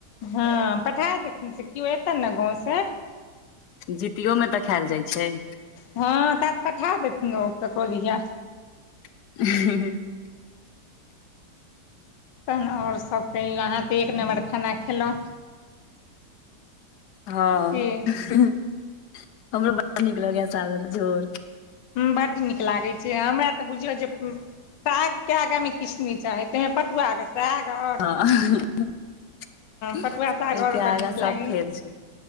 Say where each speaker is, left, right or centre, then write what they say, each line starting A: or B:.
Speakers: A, on the left; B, on the left.
A: हँ पठे देथिन से केओ एतन न गाँव से
B: जीतियो में तऽ खैल जाइ छैय।
A: हँ तऽ पठा देथिन ओ ककरो दिआ
B: <unintelligible>
A: तहन और सभ कहियो अहाँ तऽ एक नम्बर खाना खेलौ
B: हँ
A: की
B: <unintelligible> हमरो बड़ नीक लगैा साग कऽ झोर
A: बड नीक लागैत छैय हमरा तऽ बुझियौ जे साग केँ आगो में किछ नै चाही पटुआ कऽ साग और
B: <unintelligible> ओइ
A: पटुआ साग आओर
B: केँ आगा
A: बड्ड नीक
B: सब
A: लागैए
B: फेल छैय